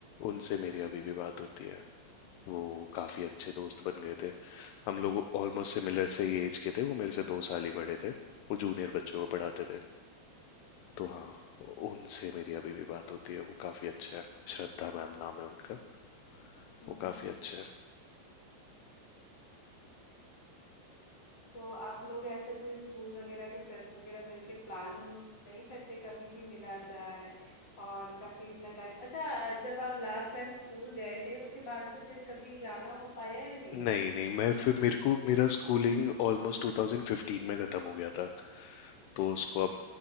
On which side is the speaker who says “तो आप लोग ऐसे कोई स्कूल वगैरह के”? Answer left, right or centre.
Left